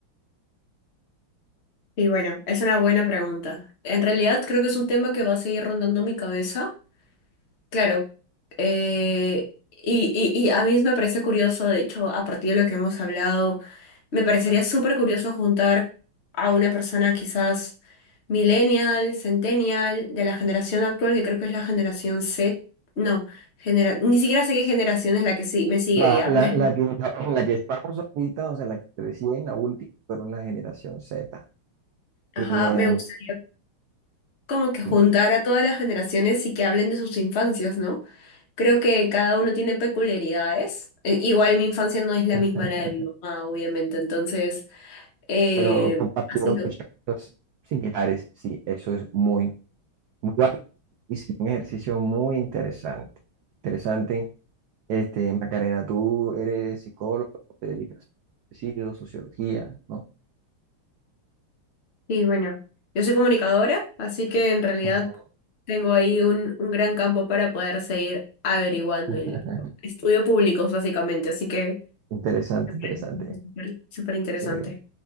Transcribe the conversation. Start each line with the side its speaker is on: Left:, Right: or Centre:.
Left: Y bueno, es una buena pregunta. En realidad creo que es un tema que va a seguir rondando mi cabeza. Claro. eh, y, y, y a mí me parece curioso, de hecho, a partir de lo que hemos hablado. Me parecería súper curioso juntar a una persona quizás millennial, centennial, de la generación actual, que creo que es la generación Z. No, genera- ni siquiera sé qué generación es la que sí me sigue
Right: la,
Left: ya,
Right: la,
Left: <laughs> pero
Right: la que, la- en la que estamos ahorita, o sea, la que recién, la última, fueron la generación Z.
Left: ajá,
Right: Eh,
Left: me gustaría como que juntar
Right: sí.
Left: a todas las generaciones y que hablen de sus infancias, ¿no? Creo que cada uno tiene peculiaridades. Eh, igual mi infancia no es la
Right: <laughs>
Left: misma a la de mi mamá, obviamente, entonces, eh,
Right: Pero compartieron
Left: así, ¿no?
Right: muchas cosas similares, sí, eso es muy... muy válido. Hice un ejercicio muy interesante. Interesante. Este, Macarena, tú eres psicólogo, te dedicas a suicidio, sociología, ¿no?
Left: Y bueno, yo soy comunicadora, así que en realidad
Right: Ujú.
Left: tengo ahí un, un gran campo para poder seguir averiguando
Right: <laughs>
Left: y estudio públicos básicamente, así que
Right: Interesante,
Left: me parece
Right: interesante.
Left: súper súper interesante.
Right: Chévere.